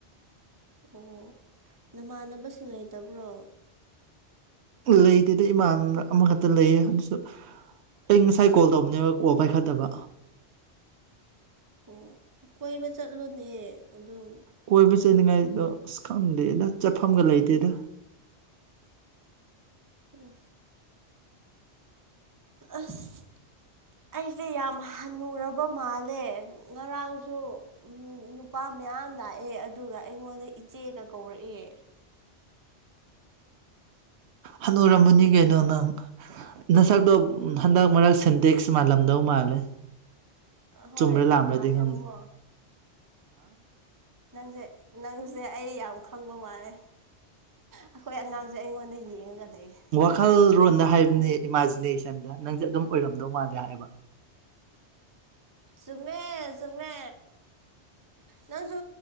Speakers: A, on the right (about 20°); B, on the right (about 75°).
A: ꯑꯣ ꯅꯃꯥꯟꯅꯕꯁꯤꯡ ꯂꯩꯇꯕ꯭ꯔꯣ
B: ꯂꯩꯇꯦꯗ ꯏꯃꯥꯟꯅꯕ ꯑꯃꯈꯛꯇ ꯂꯩꯌꯦ ꯑꯗꯨꯁꯨ ꯑꯩ ꯉꯁꯥꯏ ꯀꯣꯜ ꯇꯧꯕꯅꯦꯕ ꯀꯣꯜ ꯄꯥꯏꯈꯠꯇꯕ
A: ꯑꯣ ꯀꯣꯏꯕ ꯆꯠꯂꯨꯅꯦ ꯑꯗꯨꯝ
B: ꯀꯣꯏꯕ ꯆꯠꯅꯤꯡꯉꯥꯏꯗꯣ ꯑꯁ ꯈꯪꯗꯦꯗ ꯆꯠꯐꯝꯒ ꯂꯩꯇꯦꯗ
A: ꯎꯝ ꯑꯁ ꯑꯩꯁꯦ ꯌꯥꯝ ꯍꯟꯅꯨꯔꯕ ꯃꯥꯜꯂꯦ ꯉꯔꯥꯡꯁꯨ ꯅꯨꯄꯥ ꯃꯌꯥꯝ ꯂꯥꯛꯑꯦ ꯑꯗꯨꯒ ꯑꯩꯉꯣꯟꯗ ꯏꯆꯦꯒ ꯀꯧꯔꯛꯑꯦ
B: ꯈꯅꯨꯔꯝꯃꯅꯤ ꯀꯩꯅꯣ ꯅꯪ ꯅꯁꯛ ꯅꯁꯛꯇꯣ ꯍꯟꯗꯛ ꯃꯔꯛ ꯁꯦꯟꯇꯦꯛꯁ ꯃꯥꯜꯂꯝꯗꯧ ꯃꯥꯜꯂꯦ
A: ꯍꯣꯏ
B: ꯆꯨꯝꯕꯔ ꯂꯥꯟꯕꯔꯗꯤ
A: ꯃꯥꯜꯂꯦꯕꯀꯣ
B: ꯈꯪꯗꯦ
A: ꯅꯪꯁꯦ ꯅꯪꯁꯦ ꯑꯩ ꯌꯥꯝ ꯈꯪꯕ ꯃꯥꯜꯂꯦ ꯑꯩꯈꯣꯏ ꯑꯉꯥꯡꯁꯦ ꯑꯩꯉꯣꯟꯗ ꯌꯦꯡꯉꯒ ꯂꯩꯔꯦ
B: ꯋꯥꯈꯜꯂꯣꯟꯗ ꯍꯥꯏꯕꯅꯦ ꯏꯃꯥꯖꯤꯅꯦꯁꯟꯗ ꯅꯪꯁꯦ ꯑꯗꯨꯝ ꯑꯣꯏꯔꯝꯗꯧ ꯃꯥꯜꯂꯦ ꯍꯥꯏꯕ
A: ꯆꯨꯝꯃꯦ ꯆꯨꯝꯃꯦ ꯅꯪꯁꯨ